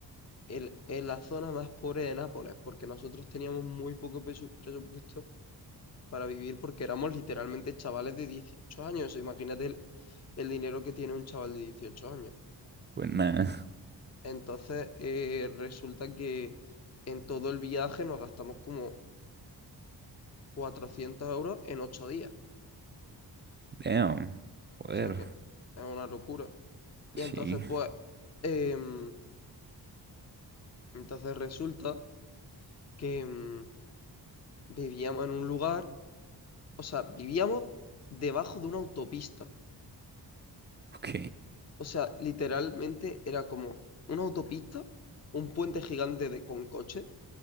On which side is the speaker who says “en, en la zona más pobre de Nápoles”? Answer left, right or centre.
Left